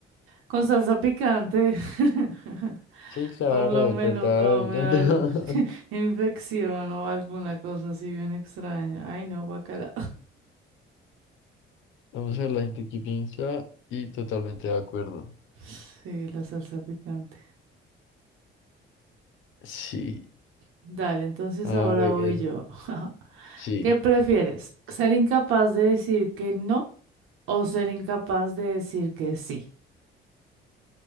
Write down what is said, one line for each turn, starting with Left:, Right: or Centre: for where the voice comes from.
Right: Con salsa picante. <laughs>
Left: Sí, claro,
Right: Por lo menos
Left: total,
Right: no me
Left: total.
Right: va a dar <laughs>
Left: <laughs>
Right: infección o alguna cosa así bien extraña. Ay, no, guacala.
Left: Vamos a ver la gente que piensa y totalmente de acuerdo.
Right: <laughs> Sí, la salsa picante.
Left: Sí,
Right: Dale, entonces
Left: a
Right: ahora
Left: ver,
Right: voy yo. <laughs>
Left: sí.
Right: ¿Qué prefieres? ¿Ser incapaz de decir que no o ser incapaz de decir que sí?